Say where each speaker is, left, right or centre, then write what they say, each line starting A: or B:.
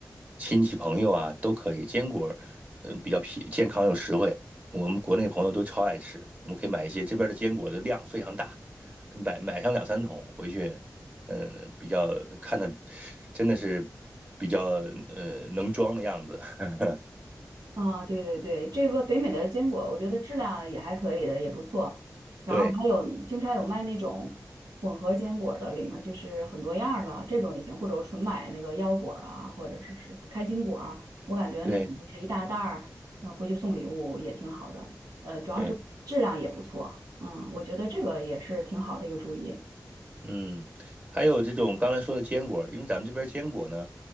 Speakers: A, on the right; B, on the right.
A: 亲戚朋友啊都可以。坚果儿，嗯、比较便健康又实惠，我们国内朋友都超爱吃。我们可以买一些这边儿的坚果的量非常大，买买上两三桶回去。呃，比较看的真的是比较呃能装的样子。<laughs>
B: 啊，对对对，这个北美的坚果，我觉得质量也还可以的，也不错。然后还有经常有卖那种混合坚果的，
A: 对
B: 里面就是很多样儿的，这种也行，或者我纯买那个腰果儿啊，或者是是开心果啊，我感觉那种就是一大袋儿，
A: 对
B: 嗯、回去送礼物也挺好的。呃，主要是质量也不错，
A: 对。
B: 嗯，我觉得这个也是挺好的一个主意。
A: 嗯，还有这种刚才说的坚果，因为咱们这边坚果呢，